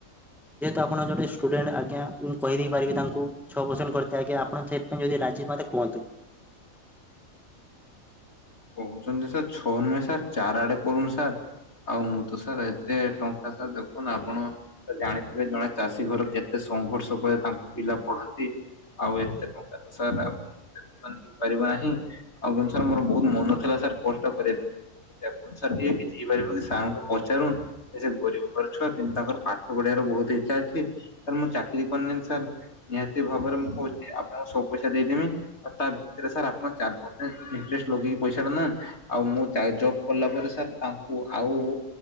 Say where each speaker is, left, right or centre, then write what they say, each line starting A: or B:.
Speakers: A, in the centre; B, on the left (about 50°).
A: ଯେହେତୁ ଆପଣ ଜଣେ ଷ୍ଟୁଡେଣ୍ଟ ଆଜ୍ଞା ମୁଁ କହିଦେଇ ପାରିବି ତାଙ୍କୁ ଛଅ ପରସେଣ୍ଟ କରିତେ ଆଜ୍ଞା ଆ ଆପଣ ଚେତ୍ ପାଇଁ ଯଦି ରାଜି ହୁଅନ୍ତେ କୁହନ୍ତୁ।
B: କହୁଛନ୍ତି ସାର୍ ଛଅ ନୁହେଁ ସାର୍ ଚାର୍ ଆଡେ କରୁନ୍ ସାର୍। ଆଉ ମୁଁ ତ ସାର୍ ଏତେ ଟଙ୍କା ସାର୍ ଦେଖନୁ ଆପଣ ତ ଜାଣିଥିବେ ଜଣେ ଚାଷୀ ଘର କେ କେତେ ସଂଘର୍ଷ ପରେ ତାଙ୍କୁ ପିଲା ପଢାନ୍ତି ଆଉ ଏତେ ଟଙ୍କା ତ ସା ହେଇପାରିବ ନାହିଁ ଆଉ କିନ୍ତୁ ସାର୍ ମୋର ବହୁତ ମନ ଥିଲା ସାର୍ କଷ୍ଟ କରିବା ପାଇଁ। ଦେଖନ୍ତୁ ସାର୍ ଟିକେ କିଛି ହେଇପାରିବ କି ସାର୍ ଙ୍କୁ ପଚାରୁନ୍ ସେ ଗରିବ ଘର ଛୁଆ କିନ୍ତୁ ତାଙ୍କର ପାଠ ପଢିବାର ବହୁତ ଇଚ୍ଛା ଅଛି ସାର୍ ମୁଁ ଚାକିରି କରିନି ନ୍ ସାର୍। ନିହାତି ଭାବରେ ମୁଁ କହୁଚି ଆପଣଙ୍କୁ ସବୁ ପଇସା ଦେଇଦେମି ଆଉ ତା ଭିତରେ ସାର୍ ଆପଣଙ୍କ ଚାରି ପସ ଇନ୍ଟ୍ରେଷ୍ଟ ଲଗେଇକି ପଇସା <unintelligible> ଆଉ ମୁଁ ଚା ଜବ୍ କଲା ପରେ ସାର୍ ତାଙ୍କୁ ଆଉ।